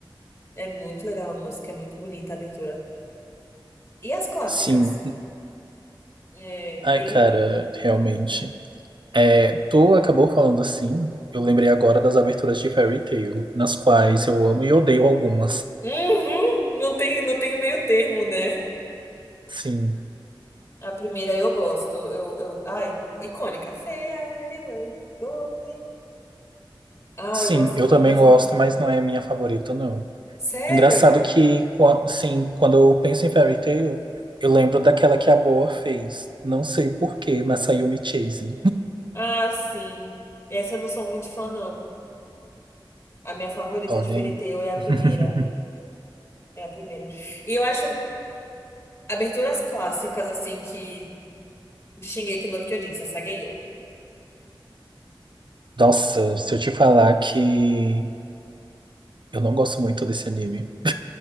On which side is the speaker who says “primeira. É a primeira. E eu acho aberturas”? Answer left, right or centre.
Left